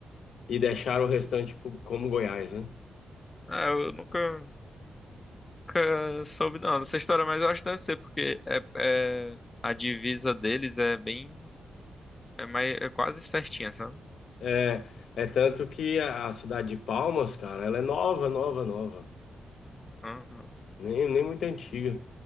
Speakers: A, on the left (about 75°); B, on the left (about 25°).
A: e deixaram o restante pro- como Goiás, né?
B: É, eu nunca. Nunca soube não, dessa história, mas eu acho que deve ser, porque é, é- a divisa deles é bem. É, mais, é quase certinha, sabe?
A: É, é tanto que a a cidade de Palmas, cara, ela é nova, nova, nova,
B: Uhum,
A: nem, nem muito antiga.